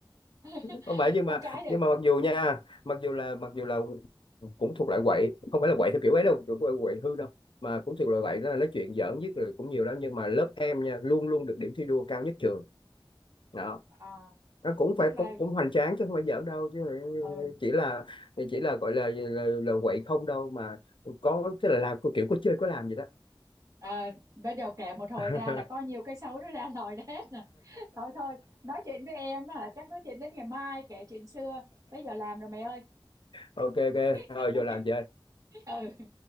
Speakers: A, on the right; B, on the left.
A: <laughs>
B: không phải nhưng
A: không
B: mà
A: cãi được
B: nhưng mà mặc dù nha mặc dù là mặc dù là cũng thuộc loại quậy không phải là quậy theo kiểu ấy đâu kiểu quậy, quậy hư đâu mà cũng thuộc loại quậy đó là nói chuyện giỡn nhất rồi cũng nhiều lắm nhưng mà lớp em nha luôn luôn được điểm thi đua cao nhất trường đó
A: à
B: nó cũng phải
A: tức là
B: cũng cũng hoành tráng chứ không phải giỡn đâu chứ
A: ừ
B: chỉ là chỉ là gọi là là, là quậy không đâu mà có tức là làm kiểu có chơi có làm vậy đó
A: à, bắt đầu kể một hồi
B: <laughs>
A: ra là có nhiều cái xấu nó ra <laughs> lòi ra hết nè thôi thôi nói chuyện với em á hả chắc nói chuyện đến ngày mai kể chuyện xưa tới giờ làm rồi mẹ ơi
B: ok ok thôi
A: <laughs>
B: vô làm chơi
A: ừ